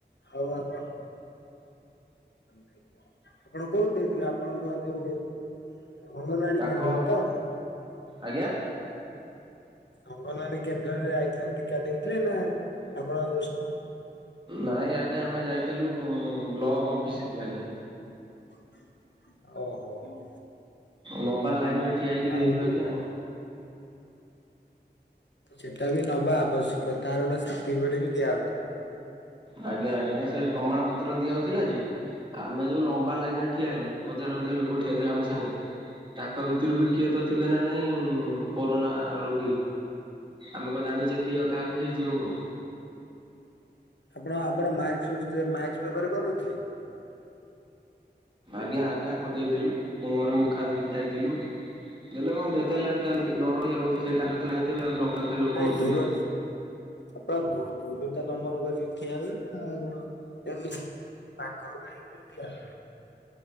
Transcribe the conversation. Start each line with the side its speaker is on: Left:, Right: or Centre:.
Left: ହଉ ଆପଣ ଆପଣ କୋଉଠି ଦେଇଥିଲେ ଆପଣଙ୍କ ଯୋଉ ଅଙ୍ଗନବାଡ଼ି
Right: ପାଖ
Left: କେନ୍ଦ୍ର ରେ ତ।
Right: ଆଜ୍ଞା
Left: ଅଙ୍ଗନବାଡି କେନ୍ଦ୍ରରେ ଆଇଥିଲେ ଟିକା ଦେଇଥିଲେ ନା ଆପଣ ଯଉ
Right: ନାଇଁ ଆଜ୍ଞା ଆମେ ଯାଇଥିଲୁ ବ୍ଲକ୍ ଅଫିସକୁ ଆଜ୍ଞା।
Left: <inaudible> ଓହୋ ହୋ
Right: ଲମ୍ବା ଲାଇନରେ
Left: ଆଉ
Right: ଠିଆ ହେଇକି ଦେଇଛୁ
Left: ଆଉ
Right: ଆଜ୍ଞା
Left: ସେଟା ବି ନବା ଆବଶ୍ୟକ ତାର ଗୋଟେ ସାର୍ଟିଫିକେଟ ଦିଆହଉଥିଲା।
Right: ଆଜ୍ଞା ଆଜ୍ଞା ସେ ପ୍ରମାଣ ପତ୍ର ଦିଆଯାଉଥିଲା ଯେ ଆମେ ଯୋଉ ଲମ୍ବା ଲାଇନରେ ଠିଆ ହେଲୁ ହଜାର ହଜାର ଲୋକ ଠିଆହେଇଥିଲେ ଆମ ସାଙ୍ଗେ ତାଙ୍କ ଭିତରୁ ବି କିଏ ତ ଥିବେ ନା ନାହିଁ କରୋନା ରୋଗୀ ଆମେ କଣ ଜାଣିଛେ କିଏ କାହାକୁ ହେଇଛି ରୋଗ?
Left: ଆପଣ ଆପଣ ମାସ୍କ ବ୍ୟବହାର କରୁନଥିଲେ?
Right: ଆଜ୍ଞା ଆଜ୍ଞା କହିଦେଇଥିଲୁ ମୁଁ ମୋର ମୁଖା ଦେଇକି ଯାଇଥିଲୁ। ଦେଲେ କଣ ଯେତେ ହେଲେ ତାର ଡର ରହୁଛି ସେଇଟାରେ ତ ଆଣିଥିବ ଆଉ ଲକ୍ଷ ଲୋକ
Left: ନାଇଁ
Right: ମରୁଥିଲେ।
Left: ଦୂର ଆପଣ ଦୁ ଦୂରତା ଲମ୍ବନ କରିକି ଠିଆ ହେଲେ ନା ଆଉ କଣ ଏମି ପାଖ <unintelligible>